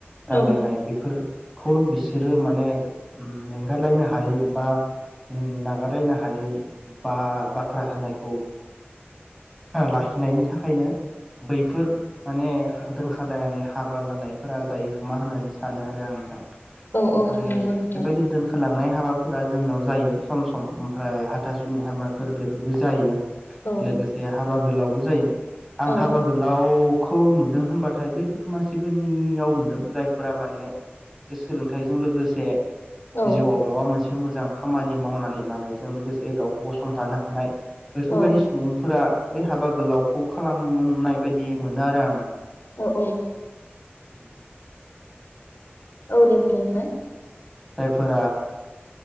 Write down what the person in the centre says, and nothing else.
राय्लायनाय
बेफोर खौ बिसोरो माने एंगारलायनो हायै बा नागारलायनो हायै बा बाथ्रा होनायखौ लाखिनायनि थाखायनो बैफोर माने दोनखारलायनानै हाबा जानायफोरा जायो खोमा होननानै सानो आरो आं नोंथां
ओमफ्राय
बेबायदि दोनखारलांनाय हाबा फुरा जोंनाव जायो सम सम ओमफ्राय हाथासुनि हाबाफोर बेफोरबो जायो
लोगोसे हाबा गोलावबो जायो आं
हाबा गोलाव खौ नुदों होनबाथाय बैफोर मानसिफोरनियाव नुदों जायफोरा माने एसे सोलोंथाइजों लोगोसे
जिउआव माबा मोनसे से मोजां खामानि मावनानै लानायजों लोगोसे गावखौ गसंथानो हानाय बेफोरबायदि
सुबुंफोरा बै हाबा गोलावखौ खालामनाय बायदि मोनो आरो आं
उम
जाय फोर